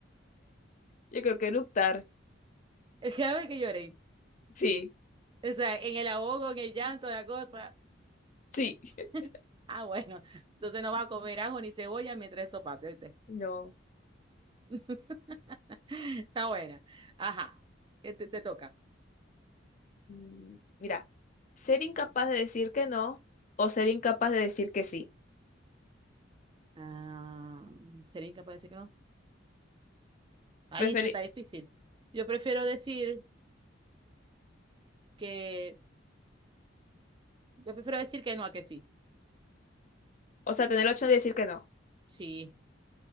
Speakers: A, on the left; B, on the right.
A: Yo creo que eructar.
B: <laughs> Cada vez que llores.
A: Sí,
B: O sea, en el ahogo, en el llanto, la cosa.
A: sí. <laughs>
B: <laughs> Ah, bueno. Entonces no va a comer ajo ni cebolla mientras eso pase, ¿viste?
A: No.
B: <laughs> Está buena. Ajá. Te, te te toca.
A: Mm, Mira, ser incapaz de decir que no o ser incapaz de decir que sí.
B: Ah, ¿sería incapaz de decir que no? Ay,
A: Preferi-
B: eso está difícil. Yo prefiero decir que, yo prefiero decir que no a que sí.
A: o sea, tener la opción de decir que no.
B: Sí,